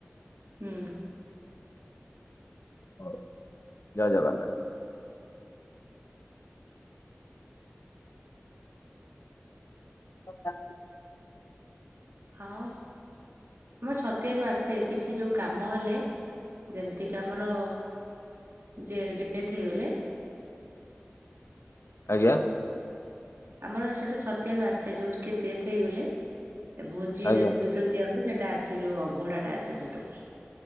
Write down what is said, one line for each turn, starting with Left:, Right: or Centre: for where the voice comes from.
Right: ହୁଁ।
Left: ହଉ ଜୟ ଜଗନ୍ନାଥ। <unintelligible>
Right: ଆଉ ଆମର ଛତିଆରୁ ଆସେ କିଛି ଯୋଉ କାମ ହେଲେ। ଯେମିତି କି ଆମର ଯେ ଡେଥ ହେଇଗଲେ।
Left: ଆଜ୍ଞା?
Right: ଆମର ସେଠୁ ଛତିଆ ରୁ ଆସେ ଯୋଉ କିଏ ଦେଥ ହେଇଗଲେ ଭୋଜି
Left: ଆଜ୍ଞା
Right: ଜେ ଜେ ଯେତେ ଦିଅନ୍ତୁ ସେଟା ଆସେ ଯୋଉ ଅଭଡା ଟା‌ ଆସେ ସେଟୁ।